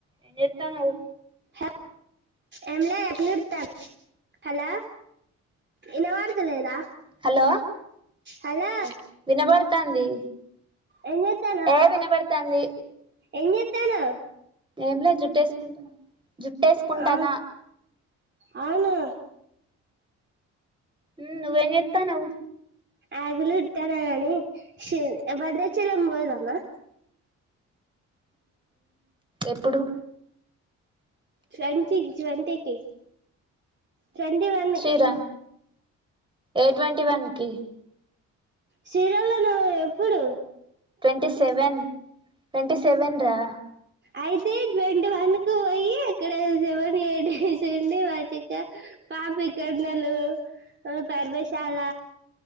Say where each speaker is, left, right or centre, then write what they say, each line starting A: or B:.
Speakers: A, on the right; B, on the right.
A: ఏ చెత్తానువు
B: హ ఎనా ఎ నిరు త హలో ఎన్న వారుదలేదా
A: హలో
B: హలో
A: వినబడతాంది
B: ఎంగతనా
A: ఏ వినబడతాంది
B: ఎ కనా
A: ఏంలేదు జుట్టేసుకుంటా జుట్టేసుకుంటానా
B: ఆ అవును
A: ఉమ్ నువ్వేం చెత్తనావ్.
B: ఆకిలుక్థాన కానీ షూ భద్రాచలం పోదామా.
A: ఎప్పుడు.
B: సెంటికి ట్వంటీకి. ట్వంటీ వన్నుకి.
A: శ్రీరా ఏ ట్వంటీ వన్ కి.
B: శిరమ నవమి ఎప్పుడూ.
A: ట్వంటి సెవెన్ ట్వంటి సెవెన్ రా.
B: అయితే ట్వంటీ వన్ కు పోయి అక్కడ జవన్ ఏటి డేస్ ఉండి మంచిక పాపికొండలు పర్వశాల.